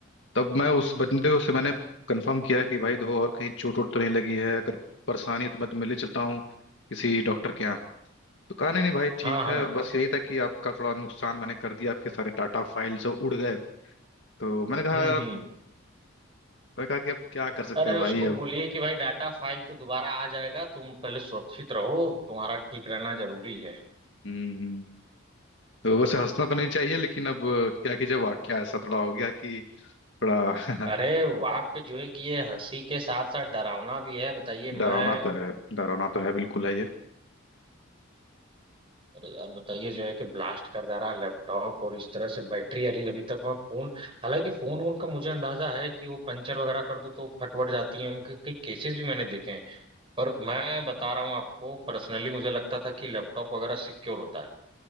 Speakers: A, on the left (about 60°); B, on the right (about 25°).
A: तब मैं उस बंदे को से मैंने कंफर्म किया कि भाई देखो और कहीं चोट वोट तो नहीं लगी है अगर परेशानी है तो मैं तो मिलने चलता हूँ किसी डॉक्टर के यहाँ तो कहा नहीं नहीं भाई ठीक
B: हाँ हाँ
A: है बस यही था कि आपका थोड़ा नुकसान मैंने कर दिया आपके सारे डाटा फाइल सब उड़ गए तो मैंने कहा
B: हम्म हम्म
A: मैंने कहा कि अब क्या कर सकते
B: अरे
A: हैं भाई
B: उसको
A: अब
B: बोलिए कि भाई डाटा फाइल तो दोबारा आ जाएगा तुम पहले सुरक्षित रहो तुम्हारा ठीक रहना जरूरी है
A: हम्म तो वैसे हंसना तो नहीं चाहिए लेकिन अब क्या कि जब वाक्य ऐसा थोड़ा हो गया कि थोड़ा <laughs>
B: अरे वाक्य जो है कि ये हंसी के साथ साथ डरावना भी है बताइए मैं
A: डरावना तो है डरावना तो है बिल्कुल है ये
B: अरे यार बताइए जो है कि ब्लास्ट कर जा रहा है लैपटॉप और इस तरह से बैटरी अरे अभी तक मैं फोन हालांकि फोन वोन का मुझे अंदाजा है कि वो पंचर वगैरह कर दो तो फटवट जाती है उनके कई केसेस भी मैंने देखे हैं पर मैं बता रहा हूँ आपको पर्सनली मुझे लगता था कि लैपटॉप वगैरह सिक्योर होता है